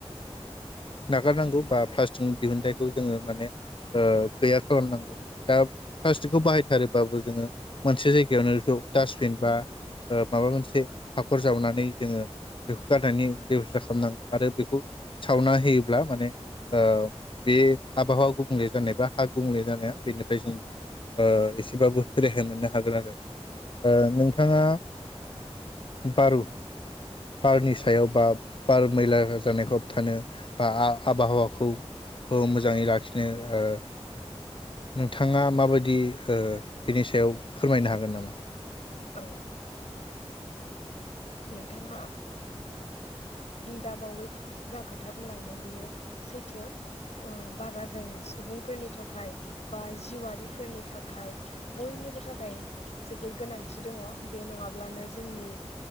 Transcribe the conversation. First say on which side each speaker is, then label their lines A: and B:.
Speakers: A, on the left (about 50°); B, on the left (about 80°).
A: नागारनांगौ बा प्लास्टिकनि दिहुनथाइखौ जोङो माने ओ गैया खालामनांगौ दा प्लास्टिकखौ बाहायथारोबाबो जोङो मोनसे जायगायावनो डासटबिन बा माबा मोनसे हाखर जावनानै जोङो बेखौ गारनायनि बेबस्था खालामनांगौ आरो बेखौ सावना होयोब्ला माने ओ बे आबहावा गुबुंले जानाय बा हा गुबुंले जानाया बेनिफ्राय जों ओ एसेबाबो रेहाय मोननो हागोन आरो ओ नोंथाङा बारु बारनि सायाव बा बार मैला जानायखौ होबथानो बा आबहावाखौ मोजाङै लाखिनो ओ नोंथाङा माबायदि ओ बिनि सायाव फोरमायनो हागोन नामा?
B: औ नोंथाङा दा बावै जा खोथा बुंलांदों बेयो सैथो ओ बारा जों सुबुंफोरनि थाखाय बा जिउआरारिफोरनि थाखाय बयनिबो थाखाय जोबोर गोनां थिदङ बे नङाब्लानो जोंनि